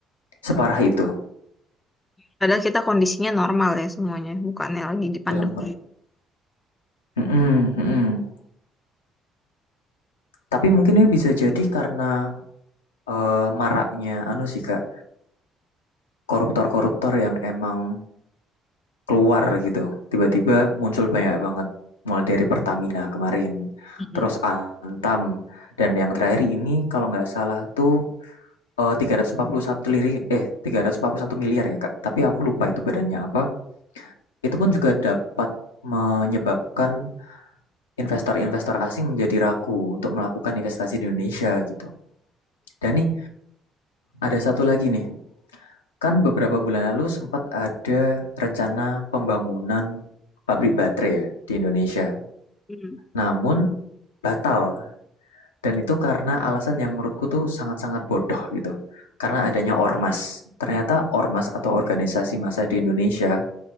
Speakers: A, on the left; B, on the left.
A: separah itu
B: padahal kita kondisinya normal ya semuanya bukannya lagi di pandemi
A: dalam kon mhm mhm. Tapi mungkin ini bisa jadi karena, eee, maraknya anu sih, Kak, koruptor-koruptor yang emang keluar gitu. Tiba-tiba muncul banyak banget, mulai dari Pertamina kemarin,
B: Mm-mm.
A: terus Antam, dan yang terakhir ini kalau nggak salah tuh eh, 341 liri, eh 341 miliar ya Kak, tapi aku lupa itu badannya apa. Itu pun juga dapat menyebabkan investor-investor asing menjadi ragu untuk melakukan investasi di Indonesia gitu. Dan nih ada satu lagi nih, kan beberapa bulan lalu sempat ada rencana pembangunan pabrik baterai ya di Indonesia.
B: Mm-mm.
A: Namun batal, dan itu karena alasan yang menurutku tuh sangat-sangat bodoh gitu. Karena adanya ormas. Ternyata ormas atau organisasi massa di Indonesia